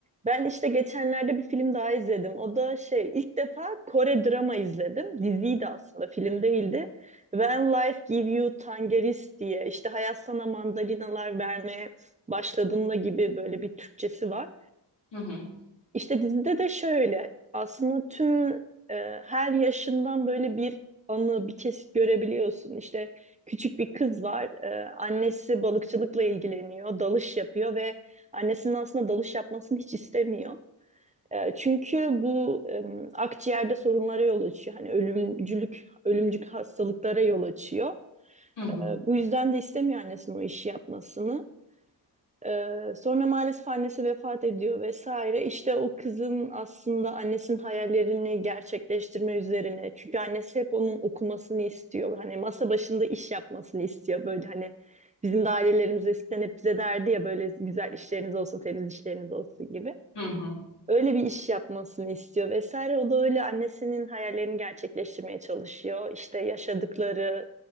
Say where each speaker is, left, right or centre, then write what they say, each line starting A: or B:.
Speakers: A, on the right; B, on the left.
A: Ben işte geçenlerde bir film daha izledim. O da şey, ilk defa Kore drama izledim. Diziydi aslında, film değildi. When Life Give You Tangerines diye işte hayat sana mandalinalar vermeye başladığında gibi böyle bir Türkçesi var.
B: Hı hı.
A: İşte dizide de şöyle aslında tüm e, her yaşından böyle bir anı bir kesit görebiliyorsun. İşte küçük bir kız var e, annesi balıkçılıkla ilgileniyor dalış yapıyor ve annesinin aslında dalış yapmasını hiç istemiyor. E, çünkü bu e, akciğerde sorunlara yol açıyor. Hani ölümcülük, ölümcül hastalıklara yol açıyor.
B: Hı hı.
A: E, bu yüzden de istemiyor annesinin o işi yapmasını. Ee, sonra maalesef annesi vefat ediyor vesaire. İşte o kızın aslında annesinin hayallerini gerçekleştirme üzerine. Çünkü annesi hep onun okumasını istiyor. Hani masa başında iş yapmasını istiyor. Böyle hani bizim de ailelerimiz eskiden hep bize derdi ya böyle güzel işleriniz olsun, temiz işleriniz olsun gibi.
B: Hı hı.
A: Öyle bir iş yapmasını istiyor vesaire. O da öyle annesinin hayallerini gerçekleştirmeye çalışıyor. İşte yaşadıkları